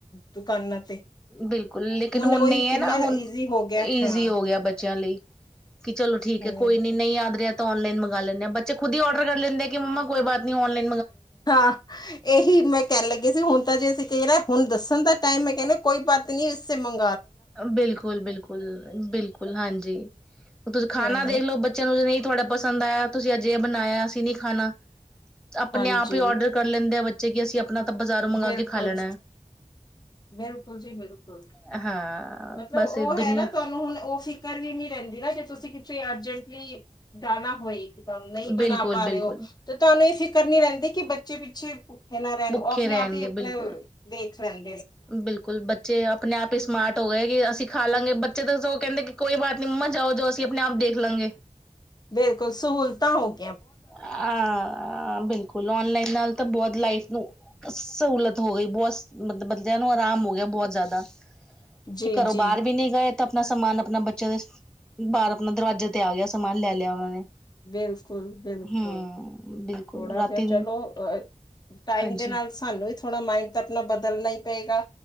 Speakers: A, on the left; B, in the centre.
A: ਦੁਕਾਨਾਂ ਤੇ।
B: ਬਿਲਕੁਲ ਲੇਕਿਨ ਹੁਣ
A: ਉਹੀ
B: ਨਹੀਂ
A: ਕਿੰਨਾ
B: ਹੈ ਨਾ। ਹੁਣ
A: ਈਜ਼ੀ ਹੋ ਗਿਆ
B: ਈਜ਼ੀ
A: ਹਾਂ
B: ਹੋ ਗਿਆ ਬੱਚਿਆਂ ਲਈ। ਕਿ ਚਲੋ ਠੀਕ
A: ਹਮ
B: ਹੈ ਕੋਈ ਨੀ ਨਹੀਂ ਯਾਦ ਰਿਹਾ। ਆਨਲਾਈਨ ਮੰਗਵਾ ਲੈਂਦੇ ਆ। ਬੱਚੇ ਖੁਦ ਆਰਡਰ ਕਰ ਲੈਂਦੇ ਕਿ ਮਮਾ ਕੋਈ ਬਾਤ ਨਹੀਂ ਆਨਲਾਈਨ।
A: ਹਾਂ। ਇਹੀ ਮੈਂ ਕਹਿਣ ਲੱਗੀ ਸੀ ਹੁਣ ਤਾਂ ਜੇ ਅਸੀਂ ਕ ਨਾ ਹੁਣ ਦੱਸ। ਹੁਦਾ ਟਾਈਮ ਹੈ ਕਹਿੰਦਾ ਕੋਈ ਬਾਤ ਨੀ ਇਸੇ ਮੰ।
B: ਬਿਲਕੁਲ ਬਿਲਕੁਲ ਬਿਲਕੁਲ ਹਾਂ ਜੀ। ਤੁਸੀ ਖਾਣਾ
A: ਹਾਂ
B: ਦੇਖ ਲਉ ਬੱਚਿਆਂ ਨੂੰ ਨਹੀਂ। ਤੁਹਾਡਾ ਪਸੰਦ ਆਇਆ। ਤੁਸੀਂ ਅੱਜ ਇਹ ਬਣਾਇਆ ਅਸੀਂ ਨੀ ਖਾਣਾ। ਆਪਣੇ
A: ਹਾਂਜੀ
B: ਆਪ ਹੀ ਆਰਡਰ ਕਰ ਲੈਂਦੇ ਆ। ਬੱਚੇ ਕਿ ਅਸੀਂ ਆਪਣਾ ਤਾਂ ਬਜ਼ਾਰੋਂ ਮੰਗਵਾ
A: ਬਿਲਕੁਲ
B: ਕੇ ਖਾ ਲੈਣਾ।
A: ਬਿਲਕੁਲ ਜੀ ਬਿਲਕੁਲ
B: ਹੈ ਹਾਂ
A: ਮਤਲਬ
B: ਬਸ
A: ਉਹ
B: ਇਹ ਦੁਨੀਆਂ
A: ਹੈ ਨਾ ਤੁਹਾਨੂੰ ਹੁਣ ਉਹ ਫ਼ਿਕਰ ਵੀ ਨੀ ਰਹਿੰਦੀ ਨਾ ਜੇ ਤੁਸੀਂ ਅਰਜੈਂਟਲੀ ਜਾਣਾ ਹੋਏ ਕਿ ਤੁਹਾਨ ਨਹੀਂ ਬਣਾ
B: ਬਿਲਕੁਲ
A: ਪਾ ਰਹੇ
B: ਬਿਲਕੁਲ
A: ਹੋ ਤੇ ਤੁਹਾਨੂੰ ਇਹ ਕਰਨੀ ਰਹਿੰਦੀ ਕਿ ਬੱਚੇ ਪਿੱਛੇ ਭੁੱਖੇ ਨਾ ਰਹਿਣ
B: ਭੁੱਖੇ
A: ਆਪਣੇ
B: ਰਹਿਣਗੇ
A: ਆਪ ਹੀ ਆਪਣਾ
B: ਬਿਲਕੁਲ
A: ਦੇਖ ਲੈਣ
B: ਬਿਲਕੁਲ ਬੱਚੇ ਆਪਣੇ ਆਪ ਹੀ ਸਮਾਰਟ ਹੋ ਗਏ ਕਿ ਅਸੀਂ ਖਾ ਲਾਂਗੇ ਬੱਚੇ ਤਾਂ ਕਹਿੰਦੇ ਕਿ ਕੋਈ ਬਾਤ ਨੀ ਮੰਮਾ ਜਾਓ ਜੋ ਅਸੀਂ ਆਪਣੇ ਆਪ ਦੇਖ ਲਾਂਗੇ
A: ਬਿਲਕੁਲ ਸਹੂਲਤਾਂ ਹੋਗ
B: ਹਾਂ ਬਿਲਕੁਲ ਔਨਲਾਈਨ ਨਾਲ ਤਾਂ ਬਹੁਤ ਲਾਈਫ ਨੂੰ ਸਹੂਲਤ ਹੋ ਗਈ ਬਹੁਤ ਮਤਲਬ ਮਤਲਬ ਨੂੰ ਆਰਾਮ ਹੋ ਗਿਆ ਬਹੁਤ ਜ਼ਿਆਦਾ <unintelligible>
A: ਜੀ
B: ਤੇ ਘਰੋਂ
A: ਜੀ
B: ਬਾਹਰ ਵੀ ਨਹੀਂ ਗਏ ਤਾਂ ਬਸ ਸਮਾਨ ਆਪਣਾ ਬੱਚਿਆਂ ਦੇ ਬਾਹਰ ਆਪਣਾ ਦਰਵਾਜ਼ੇ ਤੇ ਆ ਗਿਆ ਸਮਾਨ ਲੈ ਲਿਆ ਉਹਨਾਂ ਨੇ
A: ਬਿਲਕੁਲ, ਬਿਲਕੁਲ
B: ਹਮ ਬਿਲਕੁਲ
A: ਥੋੜਾ
B: ਰਾਤੀ
A: ਜਿਹਾ ਚਲੋ ਅ ਟਾਈਮ
B: ਹਾਂਜੀ
A: ਦੇ ਨਾਲ ਸਾਨੂੰ ਵੀ ਥੋੜਾ ਮਾਈੰਡ ਤਾਂ ਆਪਣਾ ਬਦਲਣਾ ਈ ਪਏਗਾ